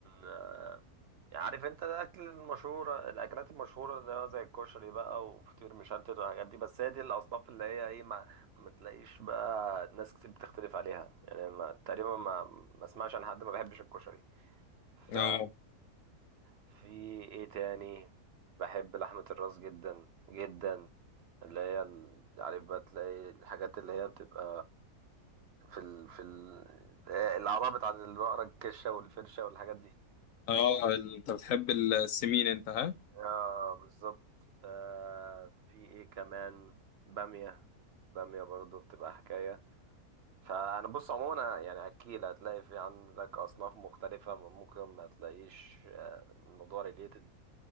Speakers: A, on the right; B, on the left.
A: آه يعني عارف انت الاكل المشهوره الاكلات المشهوره ده زي الكشري بقى وفطير مشلتت والحاجات دي بس هي دي الاصناف اللي هي ايه ما, ما تلاقيش بقى ناس كتير بتختلف عليها يعني ما تقريبا ما ما اسمعش عن حد ما بيحبش الكشري ف
B: اه
A: في ايه تاني بحب لحمه الراس جدا جدا اللي هي ال- عارف بقى تلاقي الحاجات اللي هي بتبقى في ال... في ال... الأعضاء بتاعت البقرة الكشة والفرشة والحاجات دي
B: اه ال- انت بتحب السمين انت ها
A: اه بالظبط آه في ايه كمان بامية بامية برضو بتبقى حكاية فأنا بص عموما أنا يعني أكيد هتلاقي في عندك أصناف مختلفة ممكن ما تلاقيش آه، الموضوع ريليتد